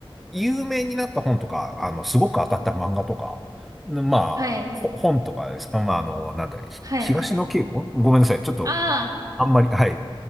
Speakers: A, in the centre; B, on the right (about 40°).
A: 有名になった本とか、あの、すごく当たった漫画とか、んまあ、
B: はい、
A: ほ本とかですか、まあ、あの、なんだね、ひ東野圭吾ごめんなさい。
B: はい。
A: ちょっと、
B: ああ、
A: あんまり、はい、